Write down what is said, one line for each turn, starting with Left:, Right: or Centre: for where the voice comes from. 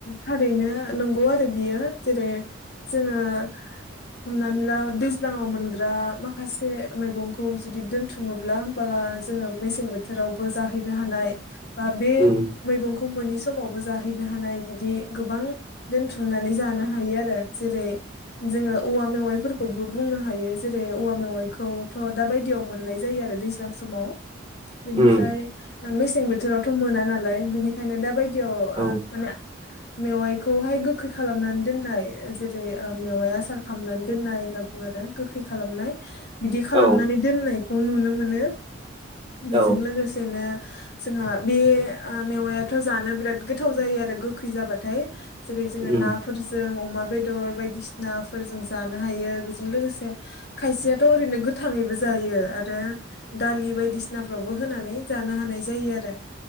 Left: थारैनो नंगौ आरो बियो जेरै जोङो हमनानै ला दैज्लाङाव मोनग्रा माखासे मैगंखौ जुदि दोनथुङोब्ला होमबला जोङो मेसें बोथोरावबो जाहैनो हानाय बा बे
Right: उम
Left: मैगंखौ मोनि समावबो जाहैनो हानाय बिदि गोबां दोनथुमनानै जानो हायो आरो जेरै जोङो औवा मेवाइफोरखौबो बुंनो हायो जेरै औवा मेवाइखौथ' दा बायदियाव मोननाय जायो आरो समाव बिनिफ्राय
Right: उम
Left: मेसें बोथोरावथ' मोना नालाय बिनिखायनो दा बायदियाव
Right: औ
Left: माने मेवाइखौहाय गोखै खालामनानै दोननाय जेरै मेवाया सार खालामनानै दोननाय होनना बुङो आरो गोखै खालामनाय बिदि खालामनानै
Right: औ
Left: दोननायखौ नुनो मोनो। बेजों
Right: औ
Left: लोगोसेनो जोंहा बे मेवायाथ' जानो बिराद गोथाव जायो आरो गोखै जाबाथाय। जेरै जोङो
Right: उम
Left: नाफोरजों अमा बेदर बायदिसिनाफोरजों जानो हायो बेजों लोगोसे खायसेयाथ' ओरैनो गोथाङैबो जायो आरो दालि बायदिसिनाफ्रावबो होनानै जानो हानाय जायो आरो